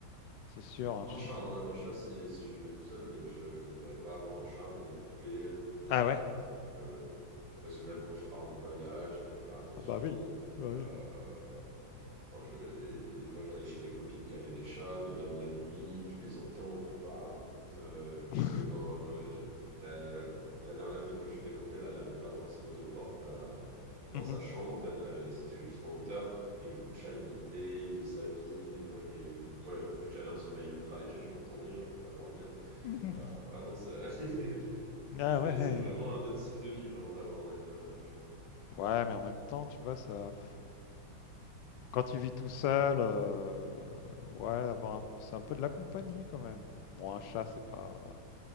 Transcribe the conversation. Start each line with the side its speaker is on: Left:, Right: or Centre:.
Left: C'est sûr,
Right: Mais Même
Left: un chien.
Right: un chat, hein, même un chat si, si je vais tout seul, mais je, je me verrais pas avoir un chat, m'en occuper.
Left: Ah ouais?
Right: euh, le... Parce que même quand tu pars en voyage, il faut faire attention.
Left: Ah bah oui, bah oui.
Right: euh, enfin, je- et des fois, j'allais chez des copines qui avaient des chats, mais même la nuit, tu les entends. enfin, euh,
Left: <laughs>
Right: parce que quand euh, je- la, la dernière fille que je fréquentais, là, elle n'avait pas forcément de porte à- dans
Left: Mhm.
Right: sa chambre. En fait, elle avait, c'était juste en hauteur. Et du coup, le chat, il montait, il faisait sa vie. Des fois, il est... moi, vu que j'avais un sommeil ultra léger, je l'entendais, j'arrivais pas à dormir.
Left: Mhm.
Right: Euh, ah non, ça- <laughs>
Left: Ah
Right: c'est
Left: ouais. Ouais,
Right: c'est vraiment
Left: ouais.
Right: un autre style de vie, vraiment, d'avoir un animal. un chat.
Left: Ouais, mais en même temps, tu vois, ça. Quand tu vis tout seul, heu, ouais, avoir un c'est un peu de la compagnie quand même, quoi. Bon, un chat, c'est pas